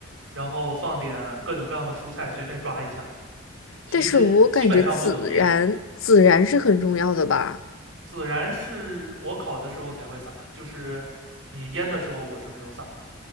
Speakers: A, on the right; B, on the left.
A: 然后放点各种各样的蔬菜，随便抓一下。其实基本上不怎么腌，
B: 但是我感觉孜然，孜然是很重要的吧？
A: 孜然是我烤的时候才会撒，就是你腌的时候我是没有撒的。